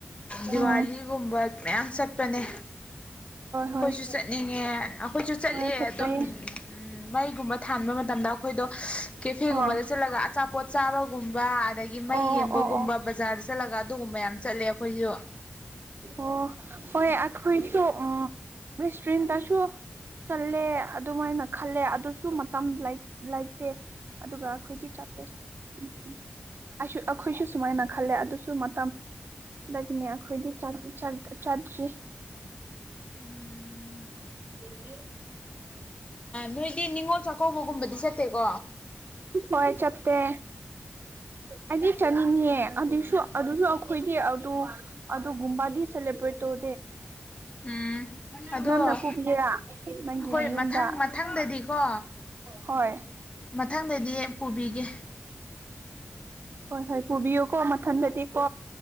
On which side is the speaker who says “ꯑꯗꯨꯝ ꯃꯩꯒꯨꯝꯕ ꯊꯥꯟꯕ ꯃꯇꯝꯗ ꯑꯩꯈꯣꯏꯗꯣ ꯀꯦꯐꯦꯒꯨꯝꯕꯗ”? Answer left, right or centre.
Left